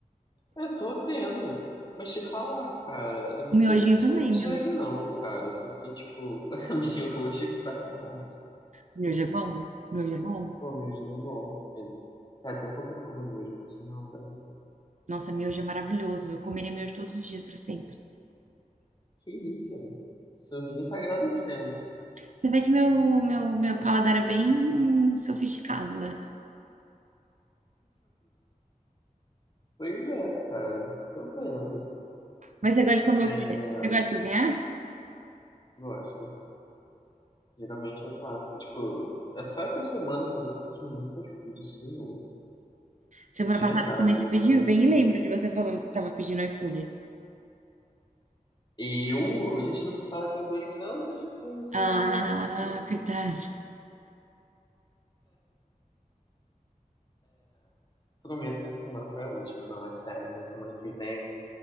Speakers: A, on the left (about 30°); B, on the right (about 60°).
A: eu tô vendo. Mas te falar, cara, eu não
B: O miojinho
A: sei como você
B: também,
A: consegue,
B: miojo.
A: não, cara. Porque, tipo, <laughs> miojo, que sacanagem.
B: Miojo é bom? Miojo é bom?
A: Pô, miojinho é bom. É des- Cara, até um pouco eu não como miojo, por sinal, velho.
B: Nossa, miojo é maravilhoso. Eu comeria miojo todos os dias para sempre.
A: Que isso, né? Sorrinho tá agradecendo.
B: Você vê que meu, meu, meu paladar é bem hum, sofisticado, né?
A: Pois é, cara. Tô vendo.
B: Mas você gosta de comer
A: É,
B: o quê? Você gosta de cozinhar?
A: gosto. Geralmente eu faço. Tipo, é só essa semana, cara, eu tô pedindo muito fast food, senhor.
B: Semana
A: De
B: passada
A: verdade,
B: você também se
A: eu
B: pediu?
A: quase não
B: Eu bem
A: cozinhei.
B: lembro
A: mas-
B: de você falando que você estava pedindo iFood.
A: E eu, a gente não se fala tem dois anos? Como assim,
B: Ah,
A: meu gente? Mas
B: coitado.
A: prometo que essa semana foi a última, não, é sério. Na semana que vem